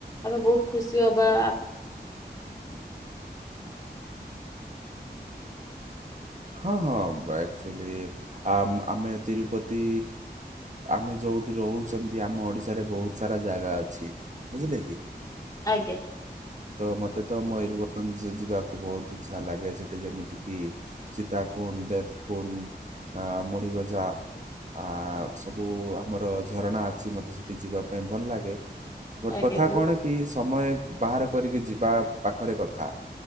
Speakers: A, on the left (about 20°); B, on the right (about 45°).
A: ଆମେ ବହୁତ ଖୁସି ହବା।
B: ହଁ ହଁ ଆକ୍ଚୁଆଲି ଆ ଆମେ ତିରୁପତି ଆମେ ଯୋଉଠି ରହୁଚନ୍ତି ଆମ ଓଡିଶାରେ ବହୁତ ସାରା ଜାଗା ଅଛି ବୁଝିଲେ କି
A: ଆଜ୍ଞା।
B: ତ ମତେ ତ ମୟରଭଞ୍ଜ ଯିବାକୁ ବହୁତ ଇଚ୍ଛା ଲାଗେ ସେଠି ଯେମିତି କିି ସୀତା କୁଣ୍ଡ, ଦେବ କୁଣ୍ଡ, ଆ ମୁଡ଼ିଭଜା ଆ ସବୁ ଆମର ଝରଣା ଅଛି ମୋତେ ସେଇଠି ଯିବା ପାଇଁ ଭଲ ଲାଗେ। ବଟ
A: ଆଜ୍ଞା
B: କଥା
A: ବହୁତ
B: କଣ କି ସମୟ ବାହାର କରିକି ଯିବା ପାଖରେ କଥା